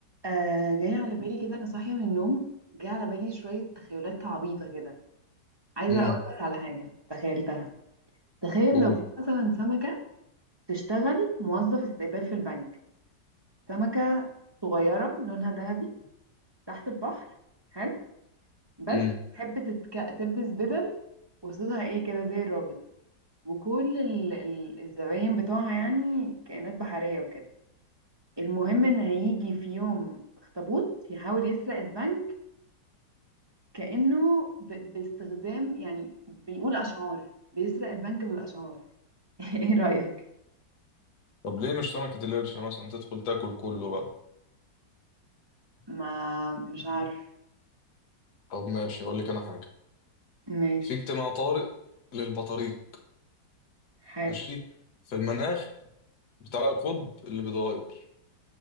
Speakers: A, on the right; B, on the left.
A: آه جاي على بالي كده انا صاحيه من النوم جاي على بالي شويه تخيلات عبيطه كده عايزه
B: امم
A: اقول لك على حاجه تخيلتها تخيل
B: قول
A: لو في مثلا سمكه تشتغل موظف استقبال في البنك سمكه صغيره لونها ذهبي تحت البحر حلو بس
B: امم
A: بتحب تتك... تلبس بدل وصوصها ايه كده زي الرابط وكل ال... ال... الزباين بتوعها يعني كائنات بحريه وكده المهم ان هيجي في يوم اخطبوط يحاول يسرق البنك كأنه ب... باستخدام يعني بيقول أشعار بيسرق البنك بالأشعار <laughs> ايه رأيك؟
B: طب ليه مش سمكة القرش مثلا تدخل تاكل كله بقى
A: ما مش عارف
B: طب ماشي اقول لك انا حاجة
A: ماشي
B: في اجتماع طارئ للبطاريق
A: حلو
B: ماشي في المناخ بتاع القطب اللي بيتغير